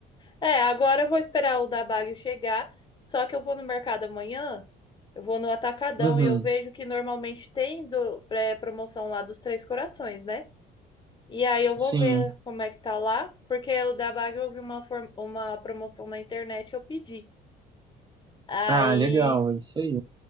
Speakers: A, on the left; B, on the right.
A: É, agora eu vou esperar o da Bagio chegar, só que eu vou no mercado amanhã, eu vou no Atacadão
B: Uhum,
A: e eu vejo que normalmente tem do, é, promoção lá dos Três Corações, né? E aí eu vou
B: sim.
A: ver como é que tá lá, porque o da Bagre eu vi uma, for- uma promoção na internet e eu pedi. Aí,
B: Ah, legal, é isso aí.